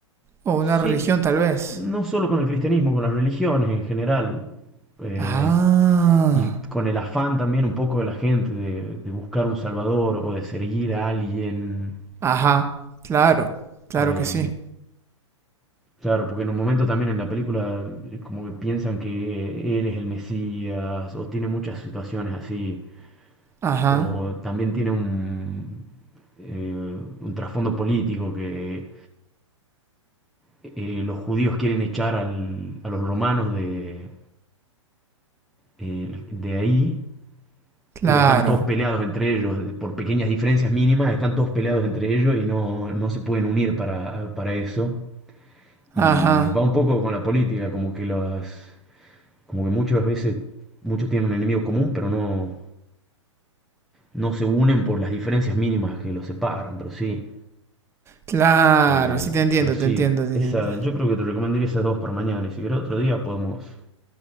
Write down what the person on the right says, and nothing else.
o
una religión
tal vez.
Ah,
ajá, claro, claro
que sí.
Ajá,
claro,
ajá,
claro,
sí te entiendo,
te entiendo, te
entiendo.